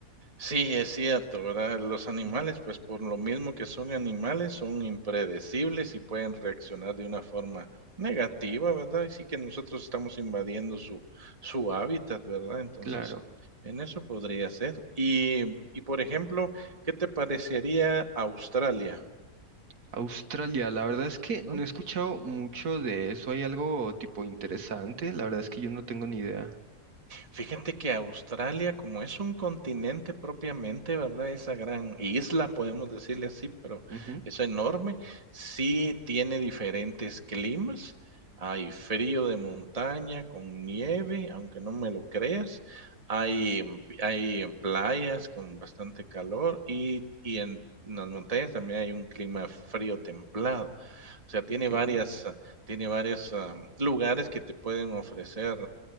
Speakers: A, on the right; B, on the right.
A: Sí, es cierto, ¿verdad? Los animales,
B: Ujú.
A: pues por lo mismo que son animales, son impredecibles y pueden reaccionar de una forma negativa, ¿verdad? Y sí que nosotros estamos invadiendo su, su hábitat, ¿verdad? Entonces,
B: Claro.
A: en eso podría ser. Y, y por ejemplo, ¿qué te parecería Australia?
B: Australia, la verdad es que
A: ¿no?
B: no he escuchado mucho de eso. ¿Hay algo tipo interesante? La verdad es que yo no tengo ni idea.
A: Fíjate que Australia, como es un continente propiamente, ¿verdad? Esa gran isla, podemos decirle así, pero
B: Ujú,
A: es enorme. Sí tiene diferentes climas. Hay frío de montaña con nieve, aunque no me lo creas. Hay, em, pi- hay em, playas con bastante calor y, y en las montañas también hay un clima frío templado. O sea, tiene
B: ok,
A: varias, ah, tiene varios ah, lugares que te pueden ofrecer